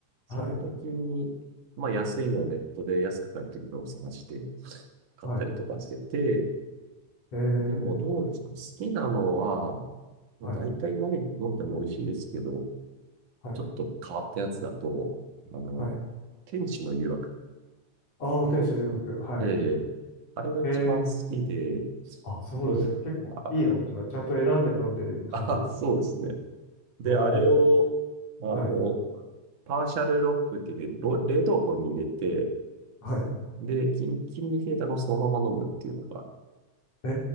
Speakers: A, on the right; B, on the left.
A: その時に、
B: はい。
A: まあ、安いのをネットで安く買える時のを探して買ったりとかしてて、
B: はい。えー、
A: でもどうですかね好きなのは、まあ、
B: はい。
A: 大体何飲んでも美味しいですけど、
B: はい。
A: ちょっと変わったやつだと、あの、
B: はい。
A: 天使の誘惑
B: ああ、天使の誘惑。
A: そうですね。
B: はい。
A: ええ、あれが一番好きで、
B: えー、あ、そうですか。
A: で、
B: 結構いいのじゃあ、
A: あ、
B: ちゃんと選んで飲んでる感じですね。
A: あ、<laughs> そうですね。で、
B: おー。
A: あれを、あの、
B: はい。
A: パーシャルロックって言って、ろ冷凍庫に入れて、
B: はい。
A: で、キンキンに冷えたのをそのまま飲むっていうのが好
B: え